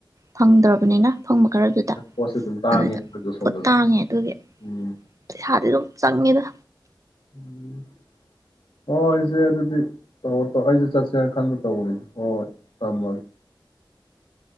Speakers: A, on the right; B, on the left.
A: ꯐꯪꯗ꯭ꯔꯕꯅꯤꯅ꯫ ꯑꯐꯪꯕ ꯈꯔꯗꯨꯗ
B: ꯄꯣꯠꯁꯦ ꯑꯗꯨꯝ ꯇꯥꯡꯉꯦ
A: ꯑꯗꯨꯗ
B: ꯃꯣꯏꯗꯣ ꯁꯣꯝꯗꯁꯨ
A: ꯄꯣꯠ ꯇꯥꯡꯉꯦ ꯑꯗꯨꯒꯤ
B: ꯎꯝ
A: ꯄꯩꯁꯥꯗꯤ ꯑꯗꯨꯝ ꯆꯪꯉꯦꯗ꯫
B: ꯎꯝ ꯍꯣꯏꯁꯦ ꯑꯗꯨꯗꯤ ꯇꯧꯔ ꯇ ꯑꯩꯁꯦ ꯆꯠꯁꯦꯅ ꯈꯟꯕ ꯇꯧꯕꯅꯤ ꯍꯣꯏ ꯊꯝꯃꯒꯦ꯫